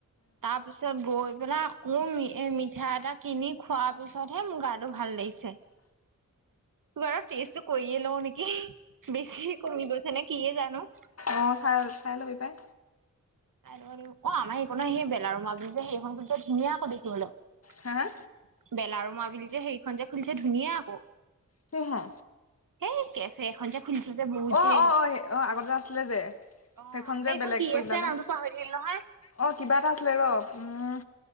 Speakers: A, on the right; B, on the left.
A: তাৰ পিছত গৈ পেলাই আকৌ এ মিঠা এটা কিনি খোৱাৰ পিছতহে মোৰ গাটো ভাল লাগিছে। চে চুগাৰৰ টেষ্টটো কৰিয়ে লও নেকি বেছি কমি গৈছে নে কিহে জানো?
B: অ চাই চাই লবি পাই।
A: চাই ল'ব লাগিব অ আমাৰ এইকন সেই বেলাৰ ৰুমাবো যে সেইখন খুলি চে ধুনীয়া আকৌ দেখিবলৌ
B: হা হা
A: বেলা ৰুমা বুলি যে সেইখন যে খুলিছে ধুনীয়া আকৌ।
B: সি হা?
A: এই কেফে এখন যে। খুলিছে যে বহুত
B: অ
A: যে
B: অ অ অ আগতে যে আছিলে যে
A: অ
B: সেইখন
A: আগতে
B: যে
A: এইখন
B: বেলেগ
A: কি
B: কৰি
A: আছিলে
B: পেলালে।
A: নামটো পাহৰি থাকিলো নহয়
B: অ কিবা এটা আছিলে ৰ উম